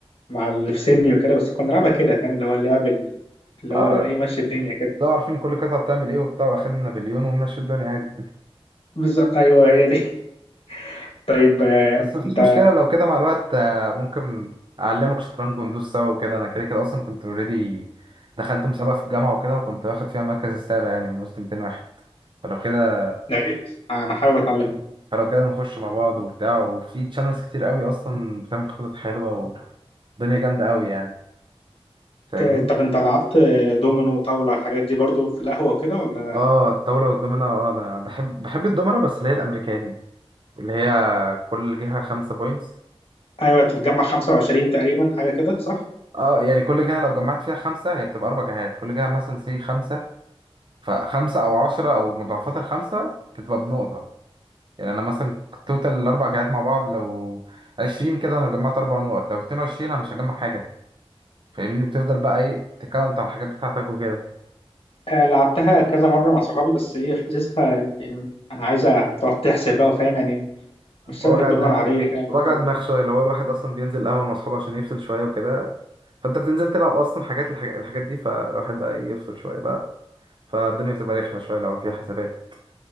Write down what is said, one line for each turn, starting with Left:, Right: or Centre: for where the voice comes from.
Left: مع اللي في سني وكده بس كنا بنلعبها كده فاهم اللي هو اللعب ال- اللي هو
Right: اه
Left: ايه ماشي الدنيا كده
Right: لو عارفين كل قطعة بتعمل ايه وبتاع واخدنا نابليون ومشي الدنيا عادي
Left: بالظبط ايوه هي دي <laughs> طيب آه،
Right: بس مفيش
Left: انت
Right: مشكلة لو كده مع الوقت آه، ممكن أعلمك شطرنج وندوس سوا وكده أنا كده كده أصلا كنت اوريدي دخلت مسابقة في الجامعة وكده وكنت واخد فيها المركز السابع يعني من وسط 200 واحد فلو كده
Left: يا ريت انا حابب اتعلمها
Right: فلو كده نخش مع بعض وبتاع وفي تشانلز كتير قوي أصلا بتعمل خطط حلوة والدنيا جامدة قوي يعني فاهمني؟
Left: آه، طب انت لعبت آه، دومينو وطاوله الحاجات دي برضو في القهوه وكده ولا
Right: اه الطاولة والدومينة اه أنا بحب بحب الدومينة بس اللي هي الأمريكاني اللي هي كل جهة خمسة بوينتس
Left: ايوه انت بتجمع 25 تقريبا حاجه كده صح
Right: اه يعني كل جهة لو جمعت فيها خمسة هي بتبقى أربع جهات كل جهة مثلا سي خمسة فخمسة أو عشرة أو مضاعفات الخمسة بتبقى بنقطة يعني أنا مثلا توتال الأربع جهات مع بعض لو عشرين كده أنا جمعت أربع نقط لو اتنين وعشرين أنا مش هجمع حاجة فاهمني وبتفضل بقى إيه تكاونت على الحاجات بتاعتك وكده
Left: آه، لعبتها كذا مرة مع صحابي بس ايه حاسسها يعني انا عايزة تقعد تحسب بقى وفاهم يعني مش
Right: وجع
Left: شبه الدومنة
Right: الدم
Left: العادية كده اللي
Right: وجع
Left: انت اه
Right: دماغ شوية اللي هو الواحد أصلا بينزل قهوة مع أصحابه عشان يفصل شوية وكده فأنت بتنزل تلعب أصلا حاجات الحاجات الحاجات دي فالواحد بقى إيه، يفصل شوية بقى فالدنيا بتبقى رخمة شوية لو فيها حسابات